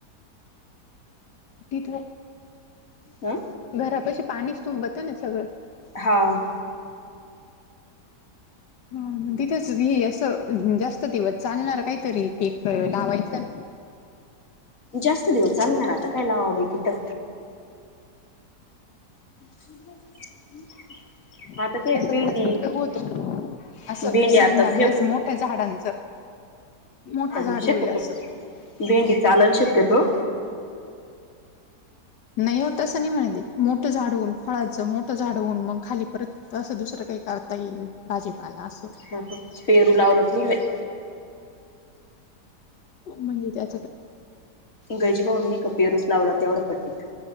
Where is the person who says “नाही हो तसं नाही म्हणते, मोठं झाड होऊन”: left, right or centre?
Left